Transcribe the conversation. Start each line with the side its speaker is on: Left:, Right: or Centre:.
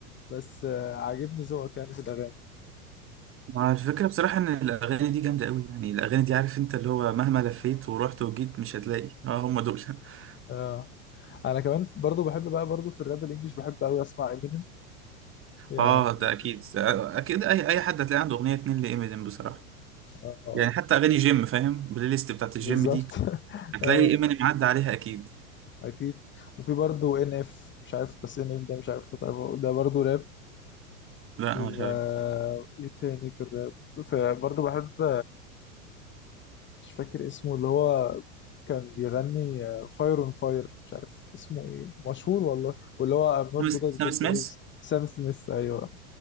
Left: بس آه، عاجبني ذوقك يعني في الاغاني
Right: مع الفكره بصراحه ان الاغاني دي جامده قوي يعني الاغاني دي عارف انت اللي هو مهما لفيت ورحت وجيت مش هتلاقي اه هم دول <laughs>
Left: اه انا كمان برضو بحب بقى برضو في الراب الانجليش بحب قوي اسمع امينيم يعني
Right: اه ده اكيد اكيد اي اي حد هتلاقي عنده اغنيه اتنين لإمينيم بصراحه
Left: اه
Right: يعني حتى اغاني جيم فاهم البلاي ليست بتاعت الجيم
Left: بالظبط
Right: دي
Left: <laughs>
Right: هتلاقي
Left: اه
Right: ايماني معدي عليها اكيد
Left: اكيد وفي برضه ان اف مش عارف بس ان اف ده مش عارف تعرفه. ده برضه راب
Right: لا
Left: و
Right: أنا مش عارف
Left: ايه تاني في الراب فبرضه بحب مش فاكر اسمه اللي هو كان بيغني فاير اون فاير مش عارف اسمه ايه مشهور والله واللي هو ام نوت
Right: سام
Left: جود ات جود
Right: سام سميث
Left: بويز سام سميث ايوه